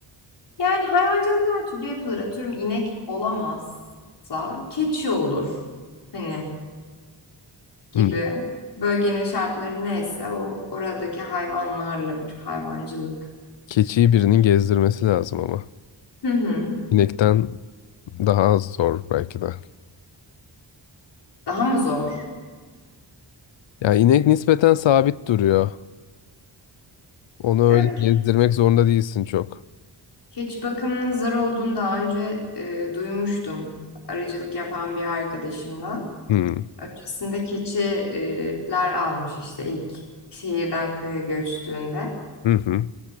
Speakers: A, on the left (about 65°); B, on the left (about 85°).
A: Yani hayvancılık her türlü yapılır. Atıyorum inek olamazsa keçi olur. Hani gibi.
B: Hı.
A: Bölgenin şartları neyse o oradaki hayvanlarla bir hayvancılık.
B: Keçiyi birinin gezdirmesi lazım ama.
A: Hı hı.
B: İnekten daha az zor belki de.
A: Daha mı zor?
B: Ya inek nispeten sabit duruyor. Onu
A: Evet
B: öyle gezdirmek zorunda değilsin çok.
A: Keçi bakımının zor olduğunu daha önce e, duymuştum. Aracılık yapan bir arkadaşımdan.
B: Hı.
A: Öncesinde keçiler almış işte ilk şehirden köye göçtüğünde.
B: Hı hı.